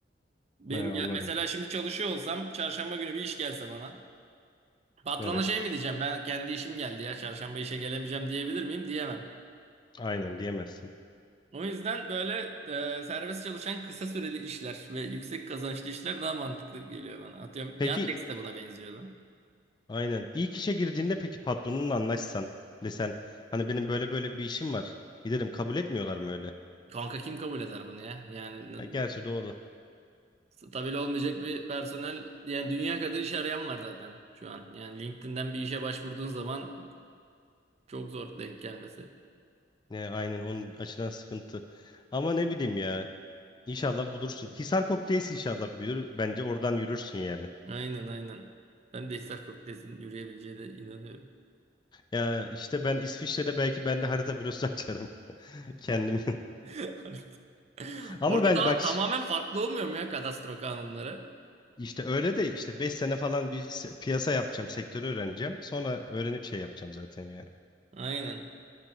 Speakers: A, on the right; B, on the left.
A: Benim
B: He, anladım.
A: gel mesela şimdi çalışıyor olsam çarşamba günü bir iş gelse bana. Patrona
B: Evet.
A: şey mi diyeceğim? Ben kendi işim geldi ya çarşamba işe gelemeyeceğim diyebilir miyim? Diyemem.
B: Aynen diyemezsin.
A: O yüzden böyle e, serbest çalışan kısa süreli işler ve yüksek kazançlı işler daha mantıklı geliyor bana. Atıyorum
B: Peki
A: Yandex de buna benziyordu.
B: aynen. İlk işe girdiğinde peki patronunla anlaşsan desen hani benim böyle böyle bir işim var. Giderim kabul etmiyorlar mı öyle?
A: Kanka kim kabul eder bunu ya? Yani n-
B: Ha, gerçi doğru.
A: stabil olmayacak bir personel yani dünya kadar iş arayan var zaten şu an. Yani LinkedIn'den bir işe başvurduğun zaman çok zor denk gelmesi.
B: Ne aynen onun açıdan sıkıntı. Ama ne bileyim ya. İnşallah bulursun. Hisar Kokteyls inşallah büyür. Bence oradan yürürsün yani.
A: Aynen aynen. Ben de Hisar Kokteys'in yürüyebileceğine inanıyorum.
B: Ya işte ben İsviçre'de belki ben de harita bürosu <laughs> açarım kendimin.
A: <laughs>
B: Ama
A: Orada
B: ben
A: daha
B: bak
A: tamamen
B: ş-
A: farklı olmuyor mu ya kadastro kanunları?
B: işte öyle de işte 5 sene falan bir se- piyasa yapacağım, sektörü öğreneceğim. Sonra öğrenip şey yapacağım zaten yani.
A: Aynen.